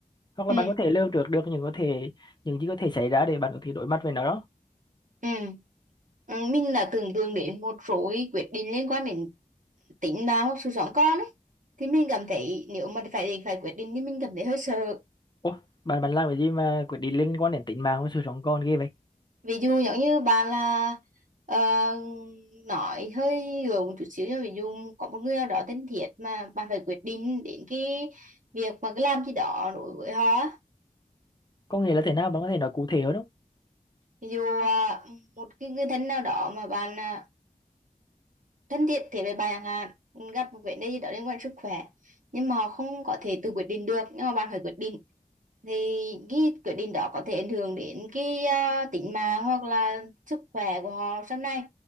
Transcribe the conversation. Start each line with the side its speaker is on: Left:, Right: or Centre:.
Left: hoặc là
Right: ừ.
Left: bạn có thể lường trước được những có thể những gì có thể xảy ra để bạn có thể đối mặt với nó đó
Right: Ừ. Ừ, mình là tưởng tượng đến một số cái quyết định liên quan đến tính mà hoặc sự sống con ấy thì mình cảm thấy nếu mà phải phải quyết định thì mình cảm thấy hơi sợ
Left: Ủa, bạn bạn làm cái gì mà quyết định liên quan đến tính mạng và sự sống còn ghê vậy
Right: ví dụ giống như bạn là ờ, nói hơi gượng một chút xíu cho ví dụ có một người nào đó thân thiết mà bạn phải quyết định đến cái việc mà cái làm gì đó đối với họ á.
Left: có nghĩa là thế nào bạn có thể nói cụ thể hơn không
Right: ví dụ à, một cái người thân nào đó mà bạn à, thân thiện thế với bạn hạn gặp một vấn đề gì đó liên quan sức khỏe nhưng mà họ không có thể tự quyết định được nhưng mà bạn phải quyết định thì cái quyết định đó có thể ảnh hưởng đến cái uh, tính mạng hoặc là sức khỏe của họ sau này